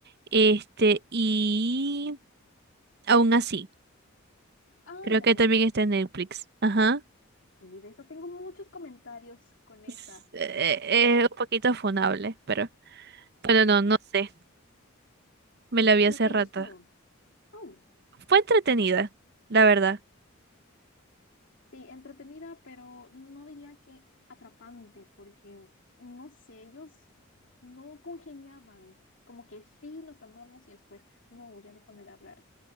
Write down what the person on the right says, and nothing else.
Este, y aún así,
creo
que
también
está en Netflix. Ajá.
Es, eh, eh, un poquito funable, pero... Bueno, no, no sé. Me la vi
hace
rato.
Fue entretenida, la verdad.